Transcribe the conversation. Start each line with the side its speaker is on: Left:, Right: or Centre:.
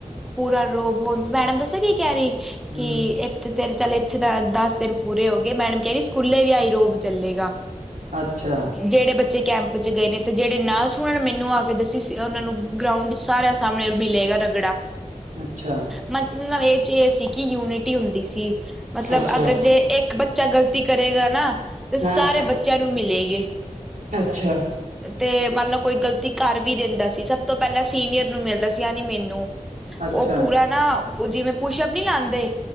Centre: ਪੂਰਾ ਰੋਬ ਹੁਣ, ਮੈਡਮ ਦੱਸਾ ਕੀ ਕਹਿ ਰਹੀ
Right: ਹੂੰ
Centre: ਕਿ ਏ ਤੇ ਤੇਰੇ ਚੱਲ ਇੱਥੇ ਤਾਂ ਦਸ ਦਿਨ ਪੂਰੇ ਹੋ ਗਏ, ਮੈਡਮ ਕਹਿ ਰੀ ਸਕੂਲੇ ਵੀ ਆਈ ਰੋਬ ਚੱਲੇਗਾ।
Right: ਅੱਛਾ।
Centre: ਜਿਹੜੇ ਬੱਚੇ ਕੈਂਪ ਚ ਗਏ ਨੇ, ਤੇ ਜਿਹੜੇ ਨਾ ਸੁਣਨ ਮੈਨੂੰ ਆ ਕੇ ਦੱਸੀ ਸੀ ਉਹਨਾਂ ਨੂੰ ਗਰਾਊਂਡ ਸਾਰਿਆਂ ਸਾਹਮਣੇ ਮਿਲੇਗਾ ਰਗੜਾ।
Right: ਅੱਛਾ।
Centre: ਮਤਲਬ ਇਹ ਚ ਇਹ ਸੀ ਕਿ ਯੂਨਿਟੀ ਹੁੰਦੀ ਸੀ ਮਤਲਬ
Right: ਅੱਛਾ
Centre: ਅਗਰ ਜੇ ਇੱਕ ਬੱਚ ਚਾ ਗ਼ਲਤੀ ਕਰੇਗਾ ਨਾ ਤੇ ਸਾਰੇ
Right: ਹਾਂ
Centre: ਬੱਚਿਆਂ ਨੂੰ ਮਿਲੇਗੀ।
Right: ਅੱਛਾ
Centre: ਤੇ ਮੰਨ ਲਓ ਕੋਈ ਗ਼ਲਤੀ ਕਰ ਵੀ ਦਿੰਦਾ ਸੀ, ਸਭ ਤੋਂ ਪਹਿਲਾਂ ਸੀਨੀਅਰ ਨੂੰ ਮਿਲਦਾ ਸੀ ਯਾਨੀ ਮੈਨੂੰ।
Right: ਅੱਛਾ
Centre: ਉਹ ਪੂਰਾ ਨਾ ਜਿਵੇਂ ਪੁਸ਼ਪ ਨੀ ਲਾਂਦੇ